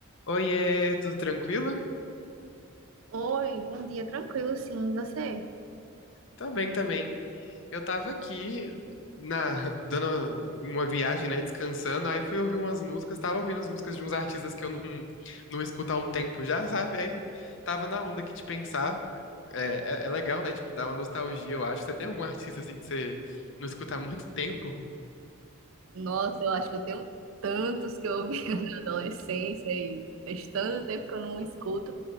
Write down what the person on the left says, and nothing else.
Oiê, tudo tranquilo?
Tá bem também. Eu tava aqui na <laughs> dando uma viagem, né, descansando, aí fui ouvir umas músicas, tava ouvindo as músicas de uns artistas que eu não <laughs> não escuto há um tempo já, sabe? Aí tava na onda aqui de pensar. É, é, é legal, né, tipo, dar uma nostalgia, eu acho. Você tem algum artista assim que você não escuta há muito <laughs> tempo?